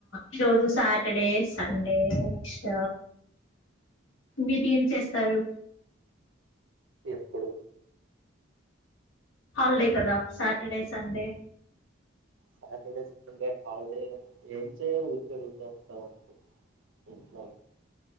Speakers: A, on the left; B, on the right.
A: ఈరోజు సాటర్డే సండే నెక్స్ట్ మీరు ఏం చేస్తారు
B: ఎప్పుడు
A: హాలిడే కదా సాటర్డే సండే
B: సాటర్డే సండే హాల్డేగా ఏం చైర్లో కూర్చుని ఇంట్లో ఉంటాం అంతే ఇంట్లో